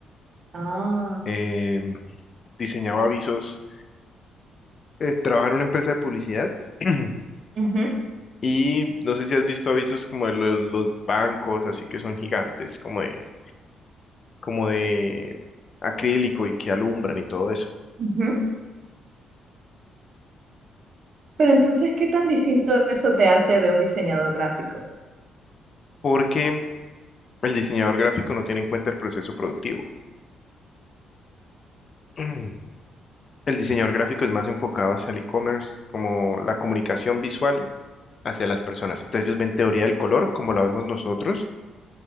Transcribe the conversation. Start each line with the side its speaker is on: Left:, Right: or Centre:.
Right: Ah,
Left: Em, diseñaba avisos eh, trabajo en una empresa de publicidad <clears throat>
Right: ujú,
Left: y no sé si has visto avisos como de los, los bancos, así que son gigantes, como de, como de acrílico y que alumbran y todo eso,
Right: ujú. Pero entonces, ¿qué tan distinto eso te hace de un diseñador gráfico?
Left: porque el diseñador gráfico no tiene en cuenta el proceso productivo. <clears throat> El diseñador gráfico es más enfocado hacia el e-commerce, como la comunicación visual hacia las personas. Entonces ellos ven teoría del color como la vemos nosotros,